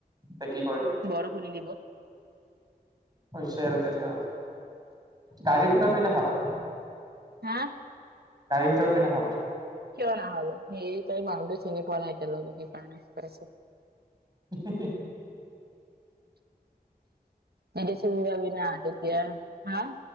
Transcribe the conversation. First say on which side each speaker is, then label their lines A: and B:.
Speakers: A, on the right; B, on the right.
A: এতিয়া কি কৰিলে
B: বৰষুণ নিদিব
A: হৈছে আৰু তেনেহ'লে, গাড়ীৰ ভিতৰত থৈ এনেইখাব।
B: হা',
A: গাড়ীৰ ভিতৰত থৈ নাখাব।
B: কিয় নাখাব? হেৰি তই মানুহটো চিনি পোৱা নাই এতিয়ালৈকে সেইকাৰণে পাইছো।
A: হি হি
B: মেডিচেন উলিৱাবি না তেতিয়া হা